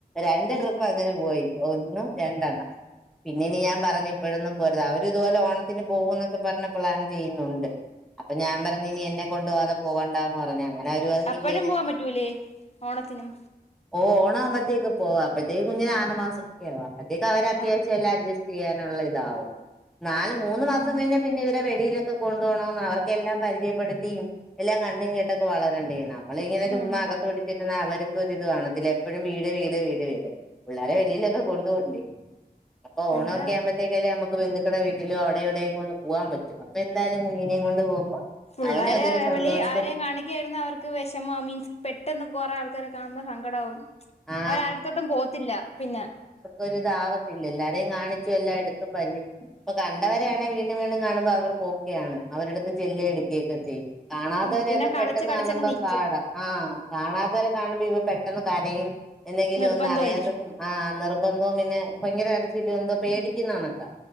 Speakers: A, in the centre; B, on the left (about 40°).
A: രണ്ട്
B: ഓ
A: ട്രിപ്പ് അങ്ങനെ പോയി ഒന്നും രണ്ടെണ്ണം പിന്നീന് ഞാൻ പറഞ്ഞു ഇപ്പഴൊന്നും പോരുത് അവര് ഇതുപോലെ ഓണത്തിന് പോകു എന്നൊക്കെ പറഞ് പ്ലാൻ ചെയ്യുന്നുണ്ട് അപ്പൊ ഞാൻ പറഞ്ഞ് ഇനി എന്നെ കൊണ്ട് പോവാതെ പോകണ്ടാ എന്ന് പറഞ്ഞ് അങ്ങനെ അവരു പറഞ്ഞു
B: അപ്പഴും
A: ഇല്ല
B: പോവാൻ
A: ഇ
B: പറ്റൂലേ ഓണത്തിനും
A: ഓഹ് ഓണാവുമ്പത്തേക് പോക അപ്പത്തേക് കുഞ്ഞിനെ ആറ് മാസംക്കെ ആകും അപ്പഴത്തേക്ക് അവര അത്യാവശ്യം
B: ആഹ്
A: എല്ലാ അട്ജെസ്റ്റ് ചെയ്യാനുള്ളതാകും നാല് മൂന്ന് മാസം
B: ആഹ്
A: കയിഞ്ഞ പിന്നെ ഇവരെ വെളിയിലൊക്കെ കൊണ്ടു പോണംന്ന് അവർക്കെല്ലാം പരിചയപ്പെടുത്തിയും എല്ലാം കണ്ടും കേട്ടൊക്കെ വളരണ്ടെ നമ്മളിങ്ങനെ ചുമ്മാ
B: ഉം
A: അകത്ത് പിടിച്ചിരുന്ന അവരും ഇത് കാണത്തില്ല എപ്പോഴും വീട് വീട് വീട് വീട് പിള്ളേരെ വെളിയിലൊക്കെ കൊണ്ടുപോണ്ടേ അപ്പൊ ഓണോക്കെ
B: അത്
A: ആവുമ്പോ തേക്കും ക്കല്ലേ നമുക്ക് ബന്ധുക്കട വീട്ടിലും അവിടെ ഇവിടെക്കെ ഒന്ന് പോവാൻ പറ്റു അപ്പൊ എന്തായാലും കുഞ്ഞിനേം കൊണ്ട് പോകുമ്പോ
B: പുള്ളേരെ
A: അവനും അതൊരു സന്തോഷം
B: വെളി ആരെയും കാണിക്കായിരുന്ന അവർക്ക് ക്ക് വിഷമോ മീൻസ് പെട്ടെന്ന് കുറേ ആൾക്കാരെ കാണുമ്പോ സങ്കടാവും
A: ആ
B: അവരടുത്തോട്ടും പോകത്തില്ല പിന്നെ
A: ഒരു ഇതാവത്തില്ല എല്ലാരേം കാണിച്ചു എല്ലാം എടുത്തും പരി ഇപ്പൊ കണ്ടവര ആണെങ്കിൽ വീണ്ടും വീണ്ടും കാണുമ്പോ അവർക്ക്ഓക്കെയാണ് അവരടുത്ത് ചെല്ലെ എടുക്കുകയൊക്കെ ചെയ്യും കാണാത്തവരെയൊക്കെ
B: ഉം പിന്നെ കളിച്ച്
A: പെട്ടെന്ന്
B: കളിച്ചങ്ങ്
A: കാണുമ്പോ
B: നിക്കും
A: പാടാ ആഹ് കാണാത്തവരെ കാണുമ്പോ ഇവൻ പെട്ടെന്ന് കരയും എന്തെങ്കിലും
B: നിർബന്ധമായിരിക്കും
A: ഒന്നും അറിയാത്ത ആഹ് നിർബന്ധവും പിന്നെ ഭയങ്കര കർച്ചീലും എന്തോ പേടിക്കുന്ന കണൊക്കാ